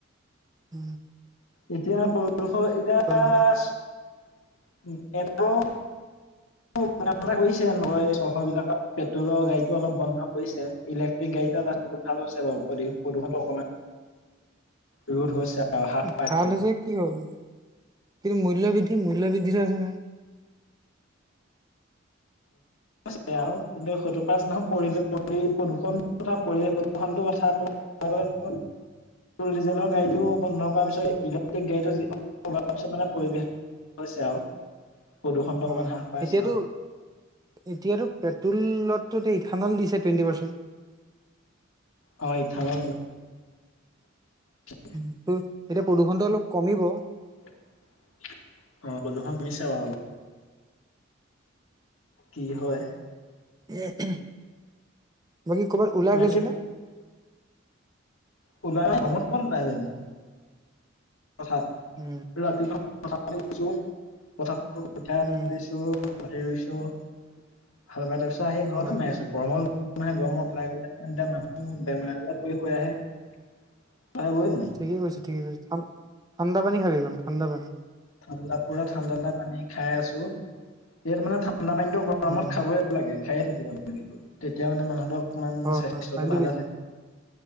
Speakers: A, on the right; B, on the left.
A: উম।
B: এতিয়া পৰিৱেশৰ
A: ধোৱা
B: এতিয়া <unintelligible>
A: <inaudible>
B: <unintelligible> কৰিছে নহয়, চহৰবিলাকত পেট্ৰলৰ গাড়ীটো অলপ বন্ধ কৰিছে। ইলেক্ট্ৰিক গাড়ীটা ওলাই ভাল হৈছে বাৰু ভাল প্ৰদূষণটো অকণমান ৰোধ হৈছে। আৰু হ্ৰাস পাইছে
A: ভাল হৈছে কি হ'ল কিন্তু মূল্য বৃদ্ধি, মূল্য বৃদ্ধি হৈ আছে নহয়।
B: হৈছে আৰু কিন্তু সেইটো পাছ নহয় পৰিৱেশ পৰি প্ৰদূষণ কথা পৰিৱেশ প্ৰদূষণটো কথা <unintelligible> টোল ডিজেলৰ গাড়ীটো বন্ধ কৰাৰ পিছত ইলেক্ট্ৰিক গাড়ীটো যোৱাৰ <unintelligible> মানে পৰিৱেশ হৈছে আৰু। প্ৰদূষণটো
A: হয়
B: অকমান হ্ৰাস পাইছে
A: এতিয়াতো
B: আৰু।
A: এতিয়াতো পেট্ৰলতটো এতিয়া ইথানল দিছে টুৱেণ্টি পাৰ্চেণ্ট।
B: হয় ইথানল <unintelligible>
A: <unintelligible> এতিয়া প্ৰদূষণটো অলপ কমিব।
B: অ' প্ৰদূষণ কমিছে বাৰু অলপ। কি হয়।
A: বাকী ক'ৰবাত ওলাই
B: বাকী
A: গৈছনে?
B: ওলাই <unintelligible> কথা।
A: উম।
B: <unintelligible> ৰুইছোঁ।
A: উম
B: ভাল পাই তাৰপিছত আহি ঘৰত
A: হয়
B: সোমাই আছোঁ। গৰমৰ গৰমত ওলাই গ'লে <unintelligible> উম, বেমাৰ আজাৰ পৰি হৈ আহে <unintelligible>
A: ঠিকেই কৰিছে, ঠিকেই কৰিছে। ঠান ঠাণ্ডা পানী খাবি, একদম ঠাণ্ডা পানী।
B: ঠাণ্ডা পুৰা, ঠাণ্ডা ঠাণ্ডা পানী খাই আছোঁ। যিহেতু মানে ঠাণ্ডা পানীটো গৰমত
A: উম
B: খাবই লাগে খাইয়ে থাকিব লাগেটো, তেতিয়া মানে মানুহটো অকনমান
A: হয়
B: স্বাস্থ্যটো
A: হয় পানীটো
B: ভালে
A: বেছি
B: থাক